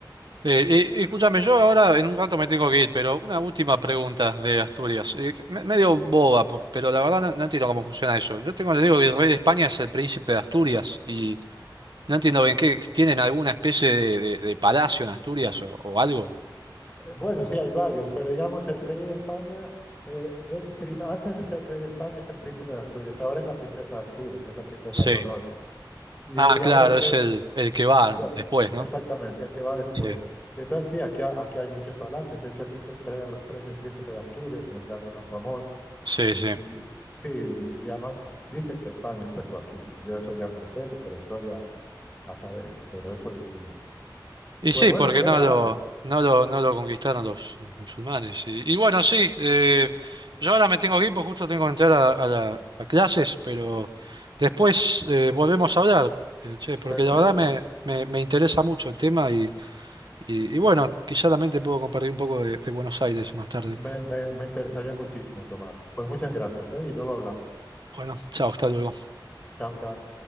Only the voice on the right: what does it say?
eh, escúchame, yo ahora en un rato me tengo que ir, pero una última pregunta de Asturias, eh, que me- medio boba, po- pero la verdad no, no entiendo cómo funciona eso. Yo tengo le digo que el rey de España es el príncipe de Asturias y no entiendo bien qué, ¿tienen alguna especie de, de- de palacio en Asturias o o algo?
Sí.
Ah,
claro,
es el, el que va
después, ¿no?
Sí,
sí, sí.
Y
sí,
porque
no lo, no lo, no lo conquistaron los, los musulmanes. Y, y bueno, sí, eh, yo ahora me tengo que ir, pues justo tengo que entrar a, a la- a clases, pero después eh, volvemos a hablar, eh, che, porque
la verdad me, me, me interesa mucho el tema y, y, y bueno, quizá también te puedo compartir un poco de de Buenos Aires más tarde.
Bueno, chao, hasta luego.